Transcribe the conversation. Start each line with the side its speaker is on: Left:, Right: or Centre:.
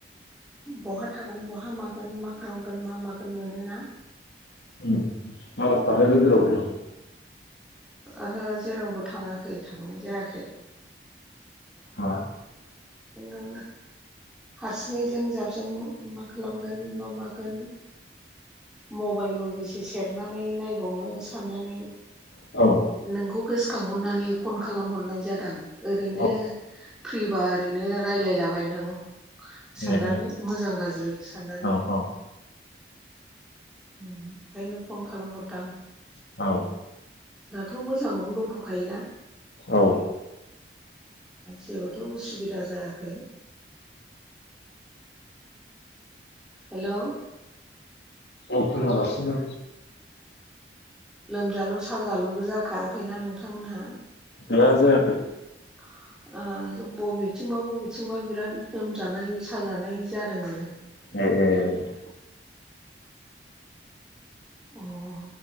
Centre: बहा थागोन बहा मागोन मा खालामगोन मा मागोन मोनना
Left: <unintelligible>
Centre: ओहो जेरावबो थाङाखै थांनाय जायाखै
Left: हा
Centre: बिदिनो हारसिङैजों जाबजों मा खालामगोन मा मागोन मबाइलबो बेसे सेरनानै नायबावनो साननानै
Left: औ
Centre: नोंखौ गोसोखांहरनानै फन खालामहरनाय जादों ओरैनो
Left: औ
Centre: फ्रिबा रायजलायलाबायनो आं साननानै
Left: ए ए
Centre: मोजां गाज्रि साननानै
Left: औ औ
Centre: ओंखायनो फन खालामहरदों आं
Left: औ
Centre: दाथ' मोजाङावनो दंथ'खायोना
Left: औ
Centre: जेबोथ' उसुबिदा जायाखै हेलौ
Left: औ खोनागासिनो
Centre: लोमजाल' साजाल'बो जाखायाखैना नोंथांमोनहा
Left: गैला जायाखै।
Centre: <unintelligible> बबेथिंबा बबेथिंबा बिराद लोमजानाय साजानाय जादोंनो
Left: <unintelligible>
Centre: अ